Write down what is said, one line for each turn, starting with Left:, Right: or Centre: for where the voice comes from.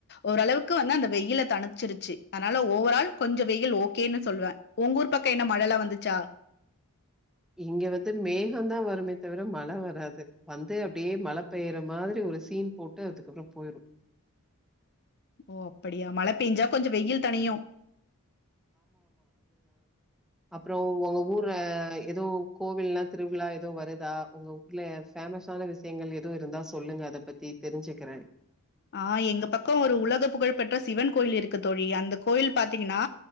Left: ஓரளவுக்கு வந்து அந்த வெயில தனிச்சிருச்சு அதனால ஓவரால் கொஞ்சம் வெயில் ஓகேன்னு சொல்லுவேன் உங்க ஊர் பக்கம் என்ன மழைல்லாம் வந்துச்சா
Centre: இங்க வந்து மேகம்தான் வருமே தவிர மழை வராது வந்து அப்டியே மழை பெய்யற மாரி ஒரு சீன் போட்டு அதுக்கப்புறம் போயிரும்
Left: ஓ அப்படியா மழை பேஞ்சா கொஞ்சம் வெயில் தனியையும்
Centre: அப்புறம் உங்க ஊர்ல ஏதோ கோவில்னா திருவிழா ஏதோ வருதா உங்க ஊர்ல பேமஸான விஷயங்கள் ஏதோ இருந்தா சொல்லுங்க அதை பத்தி தெரிஞ்சுக்கிறேன்
Left: ஆஹ் எங்க பக்கம் ஒரு உலக புகழ் பெற்ற சிவன் கோயில் இருக்கு தோழி அந்த கோயில் பாத்தீங்கன்னா